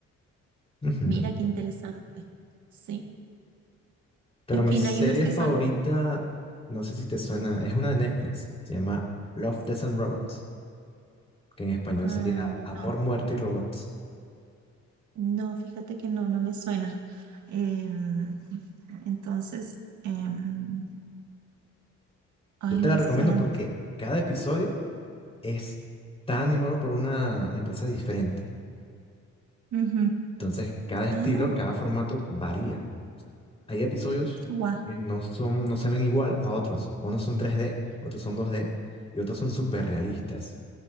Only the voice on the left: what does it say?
Ujú.
Pero
mi
serie
favorita,
no sé si te suena, es una de Netflix, se llama Love, Death and Robots, que en español
sería Amor,
Muerte y Robots.
Yo te
la recomiendo
porque cada episodio es, está animado por una empresa diferente.
Entonces, cada estilo,
cada formato varía. Hay episodios
que no son, no se ven igual a otros. Unos son 3D, otros son 2D y otros son súper realistas.